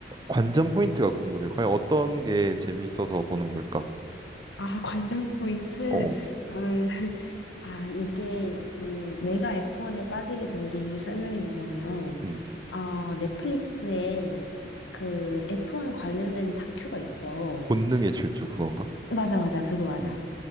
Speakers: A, on the right (about 25°); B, on the left (about 80°).
A: 관전 포인트가 궁금해. 과연 어떤 게 재미있어서 보는 걸까?
B: 아, <laughs> 관전 포인트.
A: 어어.
B: 음, <laughs> 아, 이게, 음, 내가 F1에 빠지게 된 계기 설명해 주자면,
A: 음.
B: 어, 넷플릭스에 그 F1 관련된 다큐가 있어.
A: 본능의 질주 그건가?
B: 맞아, 맞아. 그거 맞아.
A: 음.